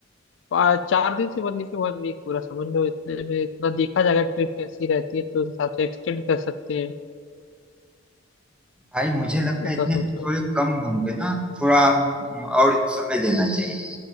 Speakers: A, on the left; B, in the centre.
A: पा- चार दिन से बनने के वन वीक पूरा समझ लो इतने में इतना देखा जाएगा ट्रिप कैसी रहती है तो उस हिसाब से एक्सटेंड कर सकते हैं
B: भाई मुझे लगता
A: ऐसा
B: है इतने
A: सोचा
B: दिन थोड़े कम होंगे ना थोड़ा हम्म, और समय लेना चाहिए